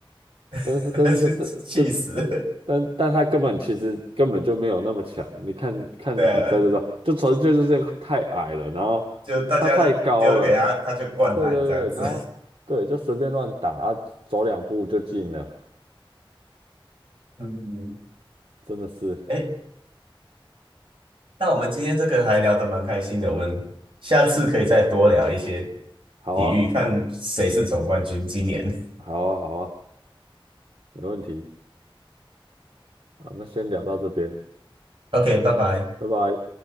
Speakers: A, on the right; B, on the right.
A: <laughs>
B: 但是但是但但
A: 还是气死，
B: 但但他根本其实根本就没有那么强，你看看比赛就知道，
A: 对啊，
B: 就纯粹就是太矮了，然后他太高了，
A: 就大家就丢给他，他就灌篮这样子。
B: 对对对，然后对就随便乱打啊，走两步就进了，
A: 嗯，
B: 真的是
A: 哎，那我们今天这个还聊得蛮开心的，我们下次可以再多聊一些
B: 好啊
A: 体育，看谁是总冠军今年。
B: 好啊好啊，没问题啊，好那先聊到这边。
A: OK，拜拜。
B: 拜拜。